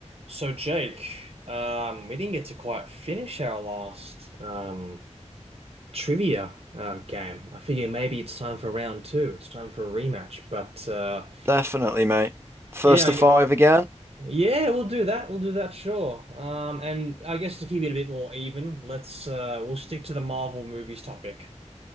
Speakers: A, on the right; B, on the right.
A: So Jake, um, we didn't get to quite finish our last um, trivia uh, game. I figure maybe it's time for round two. It's time for a rematch. But uh,
B: Definitely, mate. First
A: yeah,
B: to
A: I-
B: five again?
A: yeah, we'll do that. We'll do that, sure. Um, and I guess to keep it a bit more even, let's uh, we'll stick to the Marvel movies topic.